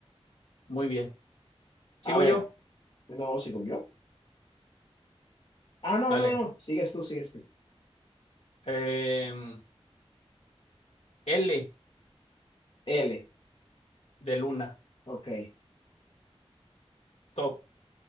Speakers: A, on the left; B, on the left.
A: muy bien. Sigo
B: A ver,
A: yo.
B: no, sigo yo. Ah, no,
A: Dale.
B: no, no, sigues tú, sigues tú.
A: Em, L
B: L,
A: de Luna.
B: ok,
A: Stop.